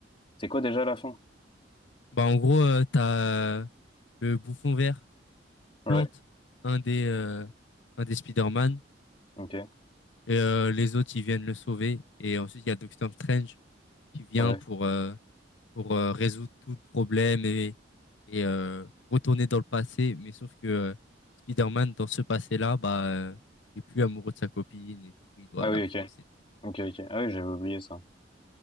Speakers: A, on the left; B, on the left.
A: C'est quoi déjà la fin?
B: Bah, en gros, euh, t'as euh, le bouffon vert
A: Ouais,
B: plante un des, euh, un des Spider-Man
A: ok.
B: et euh, les autres, ils viennent le sauver. Et ensuite, il y a Doctor Strange qui vient
A: Ouais.
B: pour, euh, pour euh, résoudre tout le problème et, et euh, retourner dans le passé. Mais sauf que euh, Spider-Man, dans ce passé-là, bah, euh, il est plus amoureux de sa copine et du coup, il doit
A: Ah
B: la
A: oui,
B: reséduire.
A: ok. Ok, ok. Ah oui, j'avais oublié ça.